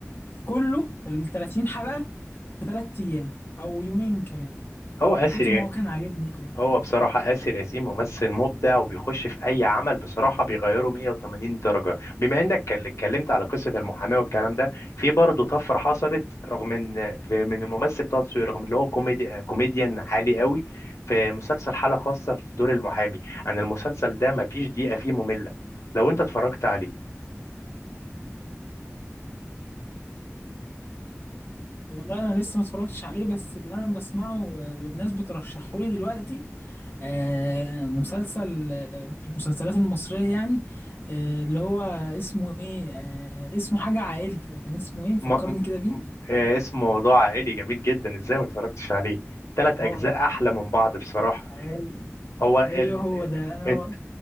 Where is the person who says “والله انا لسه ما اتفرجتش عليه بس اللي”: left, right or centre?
Left